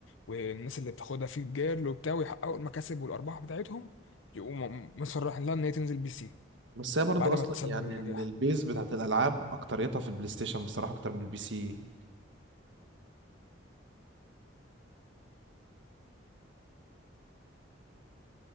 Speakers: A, on the left; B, on the right.
A: والناس اللي بتاخدها في الجيرل وبتاع ويحققوا المكاسب والارباح بتاعتهم يقوموا م- مصرحين لها ان هي تنزل بي سي
B: بس هي برضو
A: بعد
B: اصلا
A: ما تسبب
B: يعني
A: النجاح
B: ال- البيز بتاعت الالعاب اكتريتها في البلاي ستيشن بصراحه اكتر من البي سي